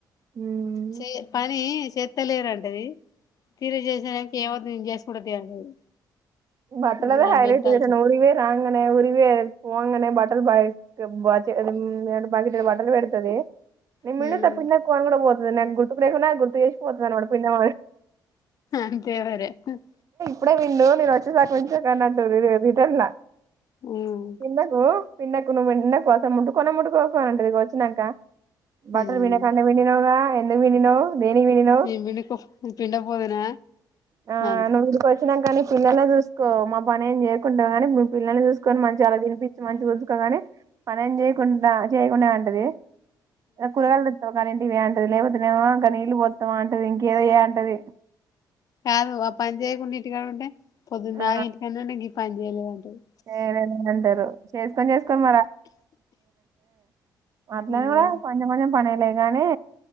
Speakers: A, on the right (about 45°); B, on the left (about 50°).
A: ఉమ్
B: చె పని శేత్తలేరంటది తిరి చేసానికి ఏమద్దు నేను చేసుకుంట తీ అంటది
A: బట్టలదె
B: ఇగ
A: హైలెట్టు
B: మెంటాలిటీ
A: ఏటన్న ఉరికి పోయి రా ఈమెనే ఉరికివోయే పొంగనే బట్టలు బాయ్ బచ బకిటెడు బట్టలు పెడతదే నే పిండుత
B: ఉమ్
A: పిండక్కు అని కూడా పోతదే నాకు గుర్తుకు లేకున్న అది గుర్తు చేసి పోతది అన మాట పిండమని <inaudible>
B: అంతేవర <inaudible> <unintelligible>
A: ఇప్పుడే విండు నేను వ కొంచెం కన్నాంట ఇద రిటర్న్ల
B: ఉమ్
A: పిండకు పిండకు నువ్వు నా కోసం ముట్టుకోనే ముట్కోకు అంటది ఒచినంకా బట్టలు
B: ఉమ్
A: విండకంటే విండినవ్ కదా వినినవ్ దేనికి విండినవ్
B: నేను పిండుకో పిండపోదునా
A: ఆ
B: అంది
A: నువ్వు ఇడికి వచ్చినాక పిల్లల చూస్ సుకో మా పని ఏం చేయకుంట గానీ మీ పిల్లల్ని చూసుకొని మంచిగా అలా తినిపించి మంచిగుంచుకోగని పనేం చేయకుండా చేయకుండ ఉంటది అ కురగయలు దెత్తవ ఇవే అంటది లేకపోతేనేమో ఇంక నీళ్ళు వోత్తవా అంటది ఇంకేదో చేయి అంటది
B: కాదు ఆ పని చేయకుండ ఇంటికాడ ఉంటే పొద్దుందాకా
A: ఆ
B: ఇంటికన్నె ఉంట గీ పని చేయలేదంటది
A: చేయలేదని అంటారు చేసుకొని చేసుకొని మరి మాట్లా
B: ఉమ్
A: కూడా కొంచెం కొంచెం పనిలేదు కానీ